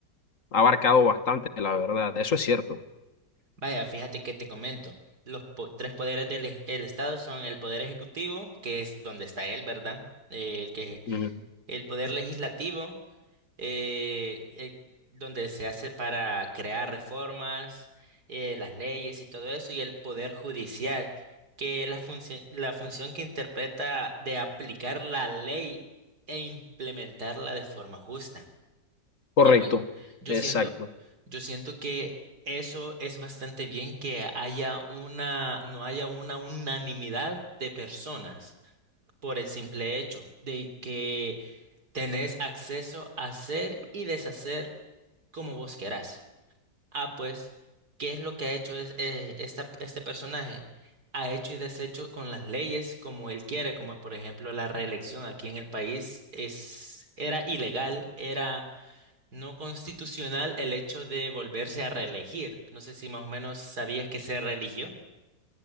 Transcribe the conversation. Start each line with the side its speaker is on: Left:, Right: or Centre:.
Left: Ha abarcado bastante, la verdad, eso es cierto.
Right: Vaya, fíjate que te comento. Los po- tres poderes del ej- el Estado son el poder ejecutivo, que es donde está él, ¿verdad? Eh, el que
Left: Ujú.
Right: el poder legislativo, eh, eh, donde se hace para crear reformas, eh, las leyes y todo eso, y el poder judicial, que es la función la función que interpreta de aplicar la ley e implementarla de forma justa.
Left: Correcto,
Right: Ah, pues yo
Left: exacto.
Right: siento, yo siento que eso es bastante bien que haya una, no haya una unanimidad de personas por el simple hecho de que tenés acceso a hacer y deshacer como vos querás. Ah, pues, ¿qué es lo que ha hecho es, eh, esta- este personaje? Ha hecho y deshecho con las leyes como él quiere, como por ejemplo la reelección aquí en el país es, era ilegal, era no constitucional el hecho de volverse a reelegir. No sé si más o menos sabías que se reeligió.